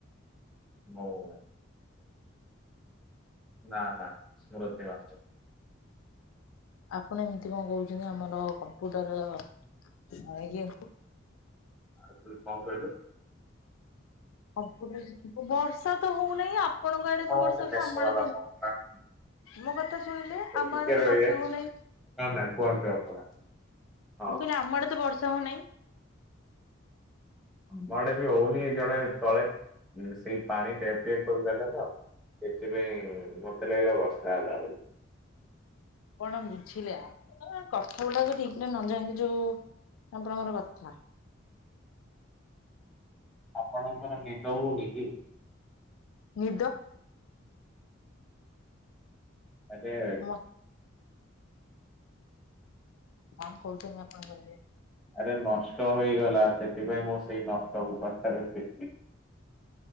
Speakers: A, in the centre; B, on the left (about 85°).
A: ହଉ ନା ନା ସ୍ମୃତି
B: ଆପଣ ଏମିତି କଣ କହୁଛନ୍ତି ଆମର କମ୍ପ୍ୟୁଟର ଇଏ କ
A: ଆ ପାୁ
B: ସବୁ ବର୍ଷା ତ ହଉନାହିଁ ଆପଣଙ୍କ ଆଡେ
A: ଏ
B: କଣ
A: ମତେ
B: ବର୍ଷା ହଛି
A: ମେଷ
B: ଆମର
A: ବାଲା
B: ତ
A: ଫୋନ କଲାଣି
B: ମୋ କଥା ଶୁଣିଲି
A: ଏ
B: ଆମ
A: ଟିକେ
B: ଆଡେ
A: ରହିବେ
B: ତ ବର୍ଷ ହଉ ନାହିଁ
A: ନା ନା କୁହନ୍ତୁ ଆପଣ ହଁ
B: ମୁଁ କହିଲି ଆମର ତ ବର୍ଷା ହଉ ନାହିଁ
A: ଆମ ଆଡେ ବି ହଉନି ଜଣେ ତଳେ ସେଇ ପାଣି ଟେପ ଟେପ କରିଦେଲେ ତ ସେଥିପାଇଁ ମତେ ଲାଗିଲା ବର୍ଷା ହେଲା ବୋଲି।
B: କଣ ବୁଝିଲେ ଆପ କଥା ଗୁଡାକ ଠିକ ଟ ନ ଯାାଇକି ଯୋଉ ଆପଣଙ୍କର କଥା
A: ଆପଣଙ୍କର ନିଦ ହଉନି କି
B: ନି
A: ଆରେ
B: ମ କଣ କହୁଛନ୍ତି ଆପଣ କହିଲେ
A: ଆରେ ନଷ୍ଟ ହେଇଗଲା ସେଥିପାଇଁ ମୁଁ ସେଇ ନଷ୍ଟକୁ ପାଥରେ ଫି